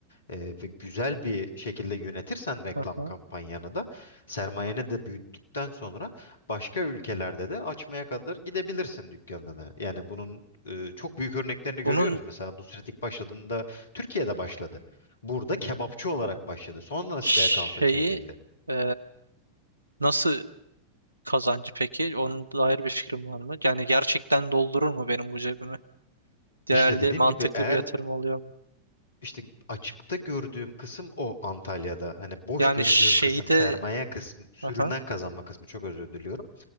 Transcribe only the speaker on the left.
e, ve güzel bir şekilde yönetirsen reklam
kampanyanı da sermayeni de büyüttükten sonra başka ülkelerde de açmaya kadar gidebilirsin dükkanını. Yani bunun e, çok büyük örneklerini görüyoruz.
Mesela Nusret ilk başladığında Türkiye'de başladı. Burada kebapçı olarak başladı. Sonra
siteye kaosa çevrildi.
İşte dediğim
gibi eğer
İşte açıkta gördüğüm kısım o Antalya'da. Hani boş
gördüğüm
kısım
sermaye kısmı, sürümden
kazanma kısmı çok özür diliyorum.